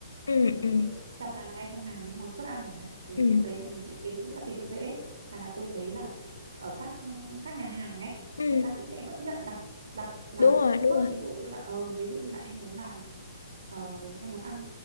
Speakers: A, on the left; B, on the right.
A: ừ
B: ví dụ
A: ừ
B: như trăm ngàn hai trăm ngàn đến một suất ăn chẳng hạn thì
A: ừ
B: lúc đấy là mình sẽ tính budget cho dễ mà là tôi thấy là ở các các nhà hàng ấy
A: ừ
B: người ta cũng sẽ vẫn nhận đặt đặt làm
A: đúng rồi
B: theo
A: đúng
B: suất
A: rồi
B: ví dụ như là ờ ví dụ như là em muốn làm Ờ, em muốn ăn